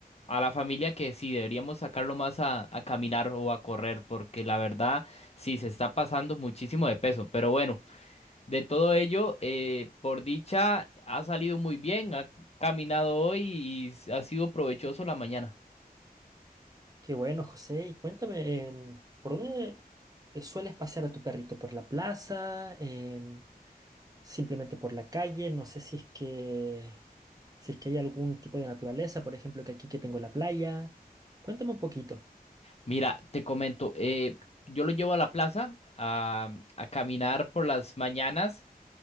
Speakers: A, on the left; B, on the right.
A: a la familia que sí, deberíamos sacarlo más a, a caminar o a correr, porque la verdad sí se está pasando muchísimo de peso. Pero bueno, de todo ello, eh, por dicha, ha salido muy bien, ha caminado hoy y s- ha sido provechoso la mañana.
B: Qué bueno, José. Y cuéntame, em, ¿por dónde eh, sueles pasear a tu perrito? ¿Por la plaza? Em, ¿simplemente por la calle? No sé si es que, si es que hay algún tipo de naturaleza, por ejemplo, que aquí que tengo la playa. Cuéntame un poquito.
A: Mira, te comento, eh, yo lo llevo a la plaza a, a caminar por las mañanas.